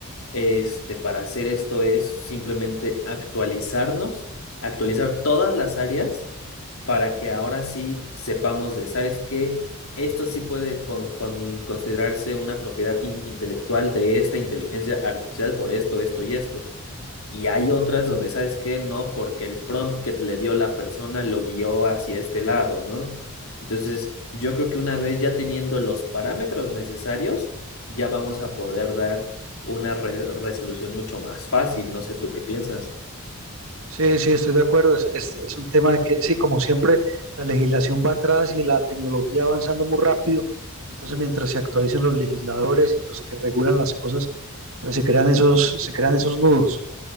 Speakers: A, on the left; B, on the right.
A: este, para hacer esto es simplemente actualizarnos, actualizar todas las áreas para que ahora sí sepamos de, ¿sabes qué? Esto sí puede con- con- considerarse una propiedad in- intelectual de esta inteligencia artificial por esto, esto y esto. Y hay otras donde, ¿sabes que No, porque el prompt que le dio la persona lo guió hacia este lado, ¿no? Entonces, yo creo que una vez ya teniendo los parámetros necesarios, ya vamos a poder dar una re- resolución mucho más fácil. No sé tú qué piensas.
B: Sí, sí, estoy de acuerdo. Es, es- es un tema de que, sí, como siempre, la legislación va atrás y la tecnología va avanzando muy rápido. Entonces, mientras se actualizan los legisladores y los que regulan las cosas, pues se crean esos, se crean esos nudos.